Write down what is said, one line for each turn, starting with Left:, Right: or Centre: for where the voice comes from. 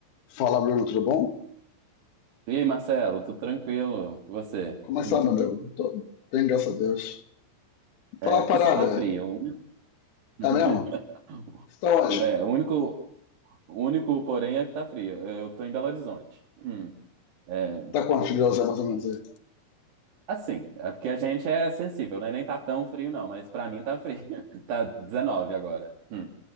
Left: Fala, Bruno, tudo bom?
Right: E aí, Marcelo, tudo tranquilo? E você?
Left: Começar,
Right: Hum.
Left: meu amigo. Tô bem, graças a Deus.
Right: É,
Left: Fala uma
Right: aqui
Left: parada,
Right: só tá frio. <laughs>
Left: é mesmo? Você tá onde?
Right: É, o único, o único porém é que tá frio. Eu tô em Belo Horizonte. Hum. É,
Left: Tá quantos graus é mais ou menos aí?
Right: assim, é porque a gente é sensível, né? Nem tá tão frio, não, mas pra mim tá frio. <laughs> Tá 19 agora. Hum.